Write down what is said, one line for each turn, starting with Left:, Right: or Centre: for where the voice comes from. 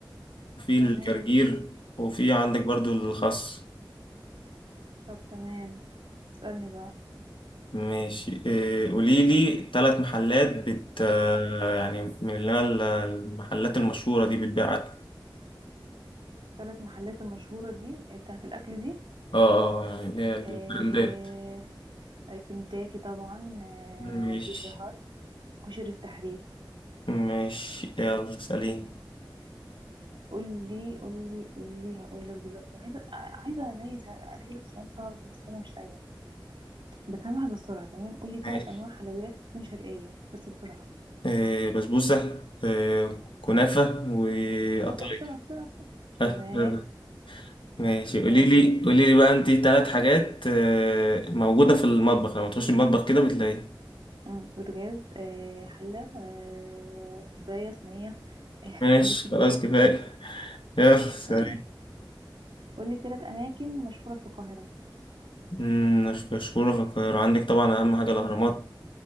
Left: وفي الجرجير
Right: تمام
Left: وفي عندك برضو الخس
Right: طب تمام اسألني بقى
Left: ماشي آه، قولي لي ثلاث محلات بت آه، يعني من اللي هي ال- المحلات المشهورة دي بتبيع أكل
Right: ثلاث محلات المشهورة دي آه، بتاعت الأكل دي
Left: اه اه يعني اللي هي البراندات
Right: آه آه، كنتاكي طبعا آه
Left: ماشي
Right: بيتزا هات كشري التحرير
Left: ماشي يلا سليم
Right: قولي قولي قولي هقولك دلوقتي عايزة ع- عايزة ألاقي ألاقي لك سؤال صعب بس أنا مش لاقية بس هعمل بسرعة تمام قولي ثلاث
Left: ماشي
Right: أنواع حلويات تكون شرقية بس بسرعة
Left: آه بسبوسة آه كنافة وقطايف
Right: اه اه بسرعة بسرعة بسرعة تمام
Left: آه. آه. ماشي قولي
Right: يلا
Left: لي قولي لي بقى انت ثلاث حاجات آه موجودة في المطبخ لما تخش المطبخ كده بتلاقيها
Right: مم. بوتاجاز آه حلة آه كوباية صينية <laughs> حاجات
Left: ماشي
Right: كتير
Left: خلاص كفاية يلا سليم
Right: تمام قولي تلات أماكن مشهورة في القاهرة
Left: مم، مش مشهورة في القاهرة عندك طبعا أهم حاجة الأهرامات